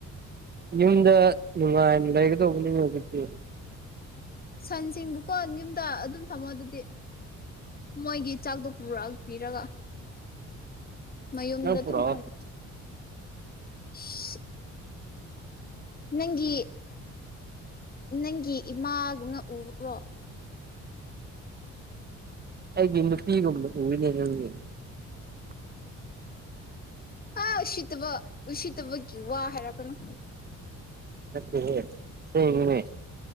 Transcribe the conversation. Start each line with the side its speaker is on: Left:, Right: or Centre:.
Right: ꯌꯨꯝꯗ ꯅꯨꯡꯉꯥꯏꯅ ꯂꯩꯒꯗꯧꯕꯅꯤ ꯍꯧꯖꯤꯛꯇꯤ
Left: ꯁꯟꯁꯤꯡꯕꯨꯀꯣ ꯌꯨꯝꯗ ꯑꯗꯨꯝ ꯊꯝꯃꯣ ꯑꯗꯨꯗꯤ ꯃꯣꯏꯒꯤ ꯆꯥꯛꯗꯣ ꯄꯨꯔꯛꯄꯤꯔꯒ ꯃꯌꯨꯝꯗ
Right: ꯅꯪ
Left: ꯑꯗꯨꯝ
Right: ꯄꯨꯔꯛꯑꯣ
Left: ꯊꯝ <unintelligible> ꯅꯪꯒꯤ ꯅꯪꯒꯤ ꯏꯃꯥꯒꯨꯝꯅ ꯎꯕ꯭ꯔꯣ
Right: ꯑꯩꯒꯤ ꯅꯨꯄꯤꯒꯨꯝꯅ ꯎꯌꯦꯅꯦ ꯅꯪꯗꯤ <unintelligible>
Left: ꯑꯥ ꯎꯁꯤꯠꯇꯕ ꯎꯁꯤꯠꯇꯕꯒꯤ ꯋꯥ ꯍꯥꯏꯔꯛꯀꯅꯨ
Right: ꯅꯠꯇꯦ ꯍꯦ ꯑꯁꯦꯡꯒꯤꯅꯦ